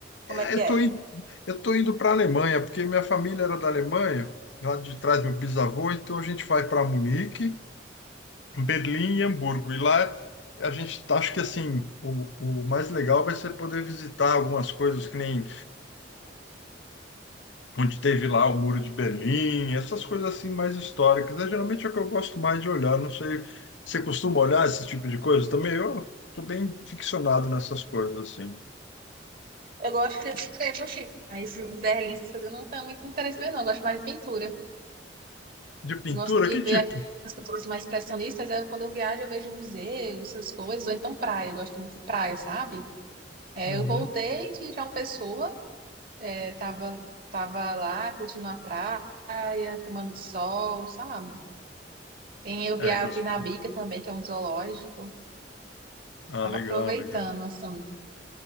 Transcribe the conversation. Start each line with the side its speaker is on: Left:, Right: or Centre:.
Right: Como
Left: É,
Right: é que
Left: eu
Right: é?
Left: tô, in- eu tô indo para a Alemanha, porque minha família era da Alemanha, lá de trás meu bisavô, então a gente vai para Munique, Berlim e Hamburgo. E lá a gente tá, acho que assim, o, o mais legal vai ser poder visitar algumas coisas que nem. onde teve lá o Muro de Berlim, essas coisas assim mais históricas, né? Geralmente é o que eu gosto mais de olhar, não sei, você costuma olhar esse tipo de coisa também? Eu sou bem ficcionado nessas coisas assim.
Right: Eu gosto de escrever, assim, mas Berlim, essas coisas eu não tenho muito interesse em ver, não. Eu gosto mais de pintura.
Left: De pintura,
Right: Eu gosto de
Left: que
Right: ver
Left: tipo?
Right: aquelas pessoas mais expressionistas. é quando eu viajo, eu vejo museus, essas coisas, ou então praia. Eu gosto muito de praia, sabe? É,
Left: Uhum.
Right: eu voltei de João Pessoa, é, tava, tava lá curtindo a praia, tomando sol, sabe? Tem, eu vi
Left: É,
Right: a
Left: gosto.
Right: Pinabica também, que é um zoológico.
Left: Ah,
Right: Tava
Left: legal,
Right: aproveitando,
Left: legal.
Right: assim.